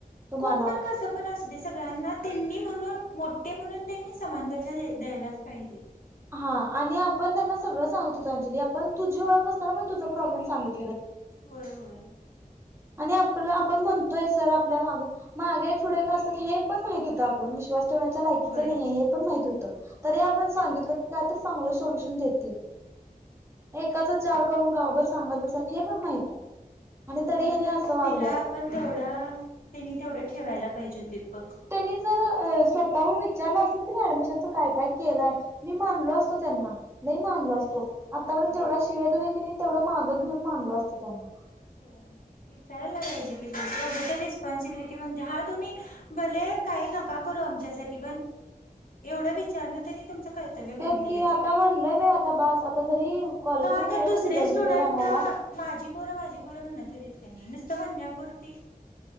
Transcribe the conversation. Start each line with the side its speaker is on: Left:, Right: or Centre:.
Right: तुम्हाला
Left: कोण पण कसं पण असु दे सगळ्यांना त्यांनी म्हणून मोठे म्हणून त्यांनी समान दर्जा द द्यायलाच पाहिजे.
Right: हा, आणि आपण त्यांना सगळं सांगत होतो अंजली आपण तुझी ओळख नसताना पण तुझा प्रॉब्लेम सांगित
Left: होय होय.
Right: आणि आप आपला आपण म्हणतोय सर आपल्या मागं मागे एक पुढे एक असतात हे पण माहित होतं आ कोण विश्वास ठेवण्याचा लायकीच
Left: होय
Right: नाहीे, हे पण
Left: होय
Right: माहित होतं, ‌ तरी आप सांगितलं की काय तर चांगल सोलुशन देतील, एकाचं‌ चार करून गावभर सांगत बसात हे पण माहित आहे, आणि
Left: इम्पॉर्टन्स
Right: तरी ह्यानी असं वागलात
Left: दिला आपण तेवढं, त्यांनी तेवढं ठेवायला पाहिजे होते बघ
Right: त्यांनी जर अ स्वतःहून विचारलं असतं की ऍडमिशनचं काय काय केलंय मी मानलो असतो त्यांना, लई मानलो
Left: होय
Right: असतो,
Left: होय
Right: आतापर्यंत
Left: होय
Right: जेवढा शिव्या दिला की नाही तेवढं मागं घेऊन मानलो असतं त्यांना. <inaudible>
Left: होय विचारायला पायजे की एवढं रिस्पॉन्सिबिलिटी पण हा तुम्ही भले काय नका करू नका आमच्यासाठी पण, एवढं विचारनं तरी तुमचं कर्तव्य बनतेच
Right: तेच कि आता म्हणलंय बाई आता बस आता जरी कॉलेजमध्ये
Left: का
Right: गेलो
Left: तर दुसरे
Right: पण रिझल्ट
Left: स्टुडंट,
Right: बिझल्ट आणायला
Left: माझी पोरं माझी पोरं म्हणत होतीत क नाय नी नुसतं म्हणण्यापूर्ती